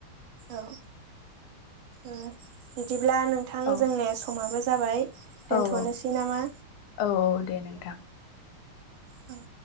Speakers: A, on the right (about 75°); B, on the left (about 80°).
A: औ। ओ बिदिब्ला नोंथां
B: औ
A: जोंनि समाबो जाबाय
B: औ
A: दोनथ'नोसै
B: औ
A: नामा?
B: औ दे नोंथां
A: औ